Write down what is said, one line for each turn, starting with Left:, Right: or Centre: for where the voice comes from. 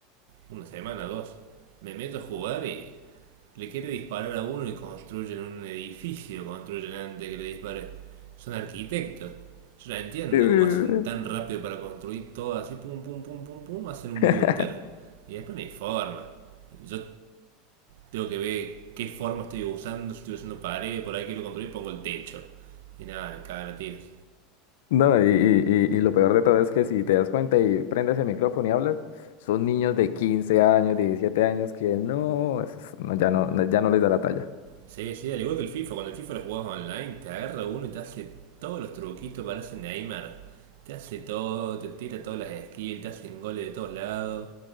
Right: una semana, dos. Me meto a jugar y le quiere disparar a uno y construyen un edificio, construyen antes que le dispare. Son arquitectos. Yo no entiendo
Left: Sí, sí,
Right: cómo hacen
Left: sí,
Right: tan
Left: sí.
Right: rápido para construir todo así, pum, pum, pum, pum, pum, hacen
Left: <laughs>
Right: un búnker. Y después no hay forma. Yo Tengo que ver qué forma estoy usando, si estoy usando pared, por ahí quiero construir, pongo el techo. Y nada, me cagan a tiros.
Left: No, y, y- y- y lo peor de todo es que si te das cuenta y prendes el micrófono y hablas, son niños de 15 años, 17 años que no, eso es- no, ya no, ya no les da la talla.
Right: Sí, sí, al igual que el FIFA, cuando el FIFA lo jugás online, te agarra uno y te hace todos los truquitos, parece Neymar. Te hace todo, te tira todas las skills, te hacen goles de todos lados.